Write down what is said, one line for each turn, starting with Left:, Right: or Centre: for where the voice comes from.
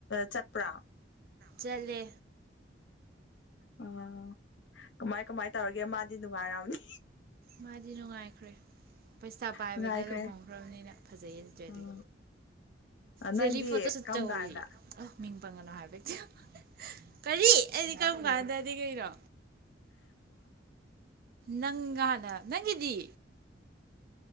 Left: ꯆꯠꯄ꯭ꯔꯥ
Right: ꯆꯂꯦ
Left: ꯑꯣ ꯀꯃꯥꯏ ꯀꯃꯥꯏ ꯇꯧꯔꯒꯦ ꯃꯥꯗꯤ ꯅꯨꯡꯉꯥꯏꯔꯝꯅꯤ
Right: ꯃꯥꯗꯤ ꯅꯨꯡꯉꯥꯏꯈ꯭ꯔꯦ ꯄꯩꯁꯥ ꯄꯥꯏꯕꯗ
Left: ꯅꯨꯡꯉꯥꯏꯈ꯭ꯔꯦ
Right: ꯂꯨꯍꯣꯡꯈ꯭ꯔꯕꯅꯤꯅ ꯐꯖꯩꯌꯦ ꯆꯦꯜꯂꯤ
Left: ꯎꯝ ꯅꯪꯗꯤ
Right: ꯖꯦꯂꯤ ꯐꯇꯣ ꯁꯨꯇ
Left: ꯀꯔꯝ
Right: ꯇꯧꯔꯤꯌꯦ
Left: ꯀꯥꯟꯗ
Right: ꯃꯤꯡ ꯄꯪꯒꯅꯣ ꯍꯥꯏꯕꯛꯇ ꯀꯔꯤ ꯑꯩꯗꯤ ꯀꯔꯝ ꯀꯥꯟꯗꯗꯤ ꯀꯩꯅꯣ ꯅꯪꯒꯅ ꯅꯪꯒꯤꯗꯤ